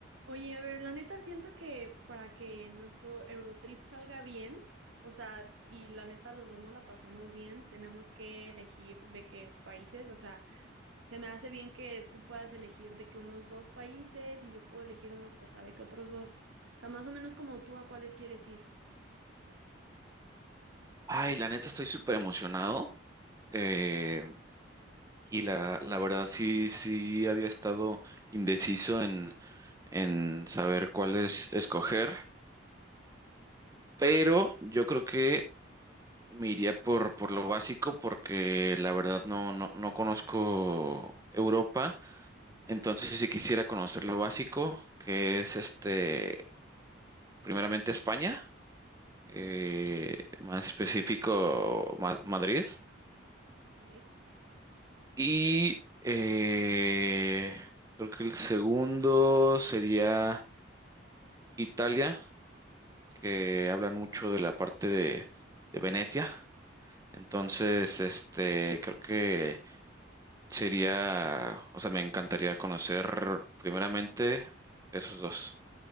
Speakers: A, on the right; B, on the right.
A: Oye, a ver, la neta siento que para que nuestro Eurotrip salga bien, o sea, y la neta los dos no la pasemos bien, tenemos que elegir de qué países, o sea, se me hace bien que tú puedas elegir de que unos dos países y yo puedo elegir uno, o sea, de que otros dos, o sea, más o menos como tú a cuáles quieres ir.
B: Ay, la neta estoy súper emocionado. eh, y la, la verdad sí, sí había estado indeciso en, en saber cuál es escoger. Pero yo creo que me iría por, por lo básico porque la verdad no, no, no conozco Europa. Entonces si quisiera conocer lo básico, que es este, primeramente España, eh,
A: Ah,
B: más específico Ma- Madrid.
A: Ok.
B: Y eh, creo que el segundo sería Italia, que hablan mucho de la parte de, de Venecia. Entonces, este, creo que sería, o sea, me encantaría conocer primeramente esos dos.